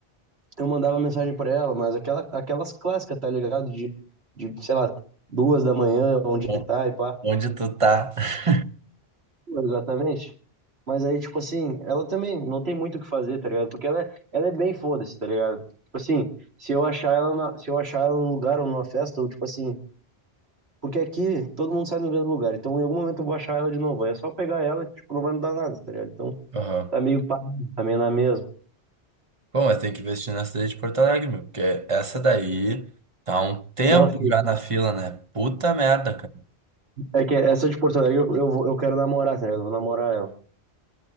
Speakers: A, on the right; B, on the right.
A: eu mandava mensagem pra ela, mas aquela, aquelas clássicas, tá ligado? De, de, sei lá, duas da manhã, onde
B: Bom,
A: tá e pá.
B: Onde tu tá? <laughs>
A: Exatamente. Mas aí, tipo assim, ela também não tem muito o que fazer, tá ligado? Porque ela é, ela é bem foda-se, tá ligado? Tipo assim, se eu achar ela na- se eu achar ela num lugar ou numa festa, ou tipo assim, porque aqui todo mundo sai no mesmo lugar, então em algum momento eu vou achar ela de novo. Aí é só pegar ela, tipo, não vai mudar nada, tá ligado? Então
B: Aham.
A: tá meio pá, tá meio na mesma.
B: Bom, mas tem que investir na cidade de Porto Alegre, meu, porque essa daí tá há um tempo
A: Não, filho.
B: já na fila, né? Puta merda, cara.
A: É que essa de Porto Alegre eu, eu, vou- eu quero namorar, tá ligado? Eu Vou namorar ela.